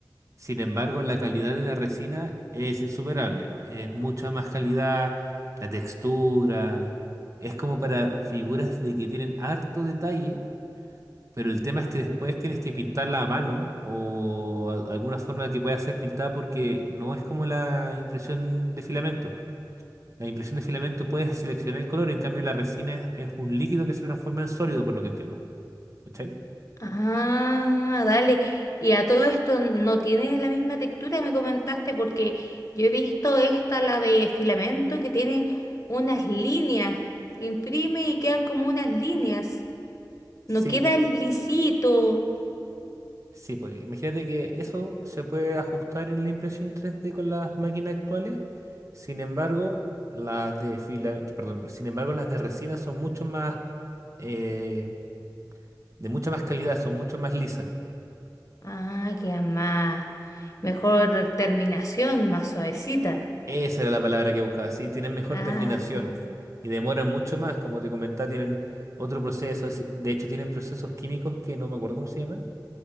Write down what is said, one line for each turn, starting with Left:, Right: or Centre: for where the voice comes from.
Right: Sin embargo, la calidad de la resina es insuperable. Es mucha más calidad, la textura. Es como para figuras de que tienen harto detalle Pero el tema es que después tienes que pintarla a mano o a- alguna forma que pueda ser pintada porque no es como la impresión de filamento. La impresión de filamento puedes seleccionar el color, en cambio la resina es, es un líquido que se transforma en sólido, por lo que entiendo. ¿Cachai?
Left: Ah, dale. Y a todo esto no tiene la misma textura, me comentaste, porque yo he visto esta, la de filamento, que tiene unas líneas. Imprime y quedan como unas líneas.
Right: Sí,
Left: No queda lisito.
Right: Sí, pues imagínate que eso se puede ajustar en la impresión 3D con las máquinas actuales. Sin embargo, las de fila, que- perdón, sin embargo, las de resina son mucho más eh, de mucha más calidad, son mucho más lisas.
Left: Ah, queda más. Mejor terminación, más suavecita.
Right: Esa era la palabra que buscaba. Sí, tienen mejor
Left: Ah.
Right: terminación y demoran mucho más. Como te comentaba, tienen otro proceso. es- De hecho, tienen procesos químicos que no me acuerdo cómo se llaman,